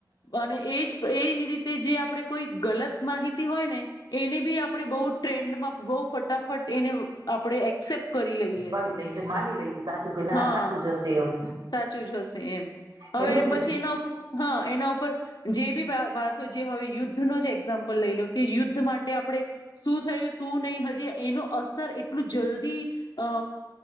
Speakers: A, on the left; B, on the right.
A: અને એજ તો એજ રીત તેજે આપડે કોઈ ગલત માહિતી હોય ને એને બી આપણે બો ટ્રેન્ડમાં બહુ ફટાફટ એને આપડે એક્સેપ્ટ કરી લઈએ
B: કરી લેય છે માની લેય છે સાચું કે ના
A: હા
B: સાચું જશે એમ.
A: સાચું જ હશે એમ હવે
B: એટલેને.
A: પછી એના હા, એના ઉપર જેબી વાત જે હોય યુદ્ધનો જે એક્ઝામ્પલ લઈલો કે યુદ્ધ માટે આપડે શું થયું શું નય હજી એનો અસર એટલું જલ્દી અ